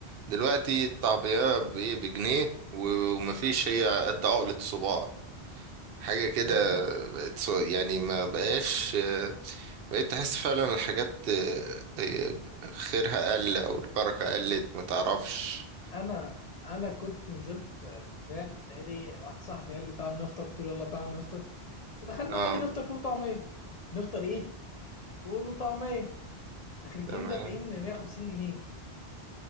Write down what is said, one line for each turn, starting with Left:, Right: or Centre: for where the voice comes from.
Right: دلوقتي الطعميه بايه بجنيه و- ومفيش هي قد عقله صباع حاجه كده
Left: ايوه ايوه
Right: بقت ص- يعني ما بقاش بقيت تحس فعلا الحاجات آه، خيرها قل او البركه قلت ما تعرفش
Left: انا انا كنت نزلت آه، امبارح تقريبا واحد صاحبي قال لي تعالى نفطر قلت له يلا تعالى نفطر فدخلنا
Right: اه
Left: عادي نفطر فول وطعميه نفطر ايه؟ فول وطعميه خارجين
Right: تمام
Left: دافعين 150 جنيه